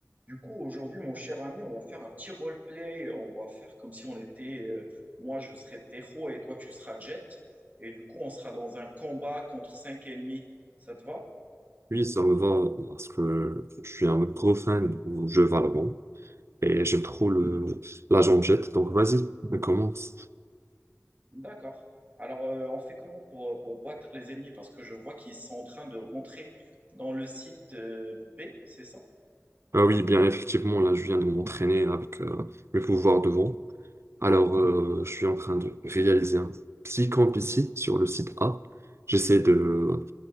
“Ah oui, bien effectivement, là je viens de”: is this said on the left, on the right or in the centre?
Right